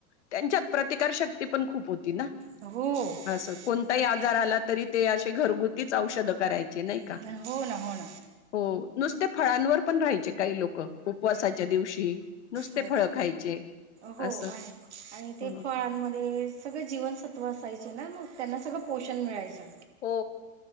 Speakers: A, on the left; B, on the right.
A: त्यांच्यात प्रतिकार शक्ती पण खूप होती ना
B: हो
A: असं कोणताही
B: हो
A: आजार आला तरी ते असे घरगुतीच औषधं करायचे नाही
B: हो
A: का
B: ना हो ना
A: हो नुसते फळांवर पण राहायचे काही लोक उपवासाच्या दिवशी नुसते
B: हो
A: फळं खायचे
B: हो
A: असं
B: आणि आणि ते
A: ह
B: फळांमध्ये सगळ जीवन तव असायचे ना मग त्यांना सगळं पोषण मिळायचं
A: हो